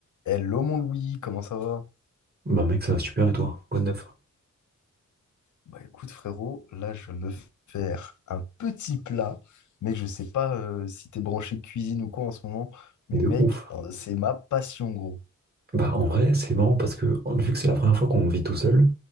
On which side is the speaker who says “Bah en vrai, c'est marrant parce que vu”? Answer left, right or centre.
Right